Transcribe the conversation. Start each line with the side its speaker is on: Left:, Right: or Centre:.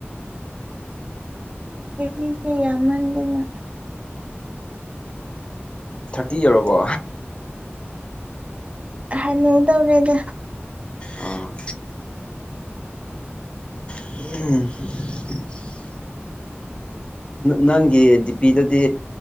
Right: ꯆꯍꯤꯁꯦ ꯌꯥꯝꯃꯟꯗꯅ
Left: ꯊꯥꯔꯇꯤ ꯌꯧꯔꯕꯣ
Right: ꯍꯥꯅꯨꯗꯧꯔꯦꯗꯥ
Left: ꯑꯥ <inaudible> ꯅꯪꯒꯤ ꯗꯤꯄꯤꯗꯗꯤ